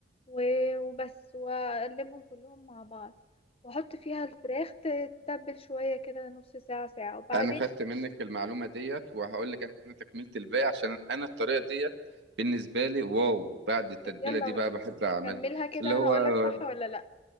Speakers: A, on the left; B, on the right.
A: و- وبس واقلبهم كلهم مع بعض واحط فيها الفراخ تتبل شويه كده نص ساعه ساعه وبعدين
B: انا خدت منك المعلومه ديت وهقول لك انا تكملت الباقي عشان انا الطريقه ديت بالنسبه لي واو بعد التتبيله
A: طب يلا
B: دي بقى بحب اعملها
A: كملها كده
B: اللي
A: وانا
B: هو
A: اقولك صح ولا لا